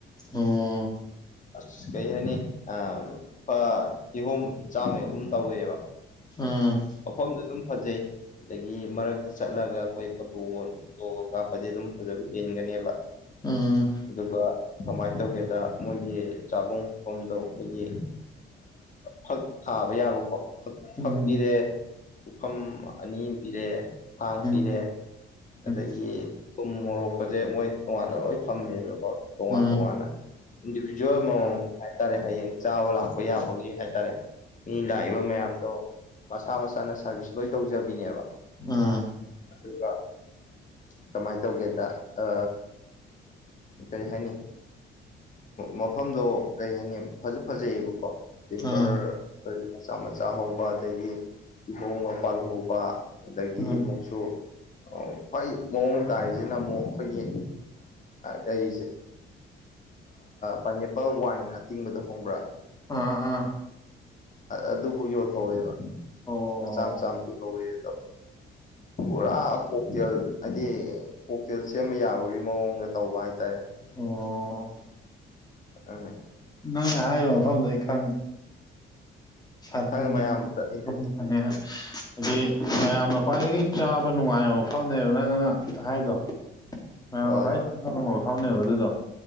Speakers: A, on the left; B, on the left.
A: ꯑꯣ
B: ꯑꯁ ꯀꯩ ꯍꯥꯏꯅꯤ ꯂꯨꯄꯥ ꯀꯤꯍꯣꯝꯕꯨꯗ ꯆꯥꯝꯃꯩ ꯑꯍꯨꯝ ꯇꯧꯋꯦꯕ
A: ꯎꯝ
B: ꯃꯐꯝꯗꯨ ꯑꯗꯨꯝ ꯐꯖꯩ ꯑꯗꯒꯤ ꯃꯔꯛꯇ ꯆꯠꯂꯒ ꯑꯩꯈꯣꯏ ꯐꯣꯇꯣ ꯐꯣꯇꯣꯒ ꯀꯥꯞꯄꯗꯤ ꯑꯗꯨꯝ ꯐꯖꯕ ꯍꯦꯟꯒꯅꯤꯕ
A: ꯎꯝ
B: ꯑꯗꯨꯒ ꯀꯃꯥꯏꯅ ꯇꯧꯒꯦꯗ ꯃꯣꯏꯒꯤ ꯆꯥꯕꯝ ꯐꯝꯗꯣ ꯑꯩꯈꯣꯏꯒꯤ ꯐꯛ ꯊꯥꯕ ꯌꯥꯕꯀꯣ
A: ꯎꯝ
B: ꯐꯛꯄꯤꯔꯦ ꯄꯨꯐꯝ ꯑꯅꯤ ꯄꯤꯔꯦ ꯊꯥꯡ ꯄꯤꯔꯦ
A: ꯎꯝ
B: ꯑꯗꯒꯤ
A: ꯎꯝ
B: ꯊꯨꯝ ꯃꯣꯔꯣꯛꯀꯁꯦ ꯃꯣꯏ ꯇꯣꯉꯥꯟꯅ ꯂꯣꯏ ꯊꯝꯃꯦꯕꯀꯣ
A: ꯑ
B: ꯇꯣꯉꯥꯟ ꯇꯣꯉꯥꯟꯅ
A: ꯑ ꯑ
B: ꯏꯟꯗꯤꯕꯤꯖꯨꯋꯦꯜ <unintelligible> ꯍꯥꯏꯇꯥꯔꯦ ꯍꯌꯦꯡ ꯆꯥꯕ ꯂꯥꯛꯄ ꯌꯥꯕꯒꯤ ꯍꯥꯏꯇꯥꯔꯦ ꯃꯤ ꯂꯥꯛꯏꯕ ꯃꯌꯥꯝꯗꯣ ꯃꯁꯥ ꯃꯁꯥꯅ ꯁꯥꯔꯚꯤꯁ ꯂꯣꯏ ꯇꯧꯖꯕꯤꯅꯦꯕ
A: ꯎꯝ
B: ꯑꯗꯨꯒ ꯀꯃꯥꯏꯅ ꯇꯧꯒꯦꯗ ꯑ ꯀꯩ ꯍꯥꯏꯅꯤ ꯃꯐꯝꯗꯣ ꯀꯩ ꯍꯥꯏꯅꯤ ꯐꯖꯨ ꯐꯖꯩꯌꯦꯕꯀꯣ ꯇꯤꯝꯕꯔ
A: ꯑ
B: ꯀꯔꯤ ꯃꯆꯥ ꯃꯆꯥ ꯍꯧꯕ ꯑꯗꯒꯤ ꯀꯤꯍꯣꯝꯒ ꯄꯥꯜꯍꯧꯕ ꯑꯗꯒꯤ
A: ꯑ
B: ꯑꯃꯨꯛꯁꯨ ꯈ꯭ꯋꯥꯏ ꯃꯑꯣꯡ ꯇꯥꯏꯁꯤꯅ ꯑꯃꯨꯛ ꯑꯩꯈꯣꯏꯒꯤ ꯀꯩꯁꯦ ꯄꯥꯏꯅꯦꯄꯜ ꯋꯥꯏꯟ ꯑꯇꯤꯡꯕꯗꯣ ꯈꯪꯕ꯭ꯔꯥ
A: ꯑ
B: ꯑꯗꯨꯕꯧ ꯌꯣꯜꯍꯧꯋꯦꯕ
A: ꯑꯣ ꯑꯣ
B: ꯂꯨꯄꯥ ꯆꯥꯝ ꯆꯥꯝ ꯄꯤ ꯍꯧꯋꯦ ꯑꯗꯣ ꯄꯨꯔꯥ ꯀꯣꯛꯇꯦꯜ ꯍꯥꯏꯗꯤ ꯀꯣꯛꯇꯦꯜ ꯁꯦꯝꯕ ꯌꯥꯕꯒꯤ ꯃꯑꯣꯡꯗ ꯇꯧꯕ ꯍꯥꯏꯇꯥꯔꯦ
A: ꯑꯣ
B: ꯎꯝ
A: ꯅꯪꯅ ꯍꯥꯏꯔꯤꯕ ꯃꯐꯝꯗ ꯑꯩ ꯈꯪꯉꯦ ꯁꯔꯨꯡꯒꯤ
B: ꯈꯪꯉꯦ ꯃꯌꯥꯝ ꯆꯠꯂꯤꯗꯨꯗꯤ
A: ꯃꯁ ꯍꯥꯏꯗꯤ ꯃꯌꯥꯝꯅ ꯈ꯭ꯋꯥꯏꯗꯒꯤ ꯆꯥꯕ ꯅꯨꯡꯉꯥꯏꯕ ꯃꯐꯝꯅꯦꯕ ꯅꯪꯅ ꯍꯥꯏꯗꯣ ꯃꯌꯥꯝꯅ
B: ꯍꯣꯏ
A: ꯀꯥꯏ
B: ꯍꯣꯏ
A: ꯐꯝꯅ ꯑꯗꯨꯗ